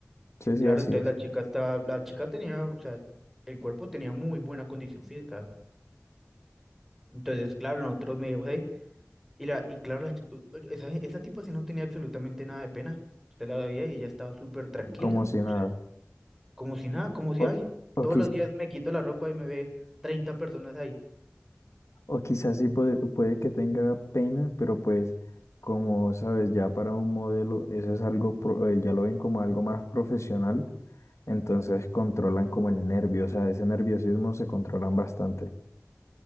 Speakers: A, on the left; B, in the centre.
A: sí, sí,
B: Claro,
A: así
B: entonces
A: es.
B: la chica está, la chica tenía, o sea, el cuerpo tenía muy buena condición física. Entonces, claro, nosotros medio ahí. Y la, y claro, la chi- u- u- esa, esa tipa sí no tenía absolutamente nada de pena. Usted la veía y ella estaba súper tranquila.
A: Como si nada.
B: o sea, Como si nada, como si
A: O,
B: ay,
A: o
B: todos los días me quito la ropa y me ve 30 personas ahí.
A: O quizás sí puede, puede que tenga pena, pero pues como sabes, ya para un modelo eso es algo, pro- eh, ya lo ven como algo más profesional, entonces controlan como el nervio, o sea, ese nerviosismo se controlan bastante.